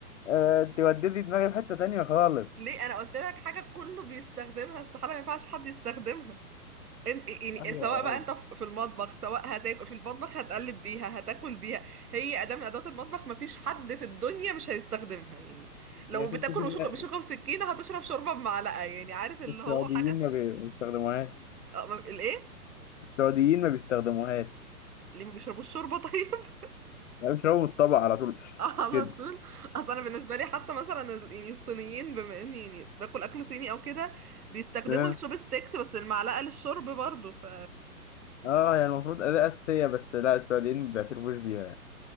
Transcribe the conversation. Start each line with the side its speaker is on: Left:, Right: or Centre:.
Left: آه، أنت وديتي دماغي في حتة تانية خالص
Right: ليه انا قلت لك حاجة كله بيستخدمها استحالة ما ينفعش حد يستخدمها انت يعني
Left: أيوة
Right: سواء
Left: يا
Right: بقى
Left: أرض.
Right: انت في المطبخ سواء هتاكل في المطبخ هتقلب بيها هتاكل بيها هي اداة من ادوات المطبخ مفيش حد في الدنيا مش هيستخدمها يعني لو
Left: يا ستي
Right: بتاكل
Left: في ناس-
Right: بشوكة بشوكة وسكينة هتشرب شوربة بمعلقة يعني عارف اللي
Left: السعوديين
Right: هو حاجة س-
Left: ما بي- ما بيستخدموهاش
Right: اه ما- الايه
Left: السعوديين ما بيستخدموهاش
Right: ليه ما بيشربوش شوربة طيب
Left: يعني بيشربوا من الطبق على طول
Right: <laughs> على
Left: كده
Right: طول اصل انا بالنسبة لي حتى مثلا ال- يعني الصينيين بما اني يعني باكل اكل صيني او كده بيستخدموا
Left: اه
Right: الشوب ستيكس بس المعلقة للشرب برضو ف
Left: آه، يعني المفروض أداة أساسية بس لا السعوديين ما بيعترفوش بيها